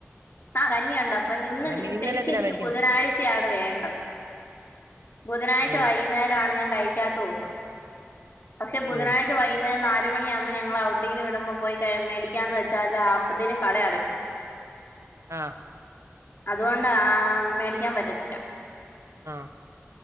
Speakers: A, on the left (about 50°); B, on the right (about 80°).
A: ആ കഞ്ഞിയുണ്ട് അപ്പൊ ഇന്ന്
B: എന്നാ പിന്നെ ഇന്നെന്നാത്തിനാ
A: ശരിക്കും എനിക്ക്
B: മേടിക്കുന്നെ
A: ബുധനാഴ്ചയാണ് വേണ്ടത് ബുധനാഴ്ച
B: ഉം
A: വൈകുന്നേരാണ് ഞൻ കഴിക്കാത്ത ദിവസം പക്ഷെ ബുധനാഴ്ച
B: ഉം
A: വൈകുന്നേരം നാ ലുമണിയാകുമ്പോ ഞങ്ങളെ ഔട്ടിങ്ങിന് വിടുമ്പോ പോയി മേടിക്കാന്ന് വെച്ചാല് അപ്പത്തിനും കടയടക്കും
B: ആഹ്
A: അതുകൊണ്ട് ആ മേടിക്കാൻ പറ്റത്തില്ല.
B: ആഹ്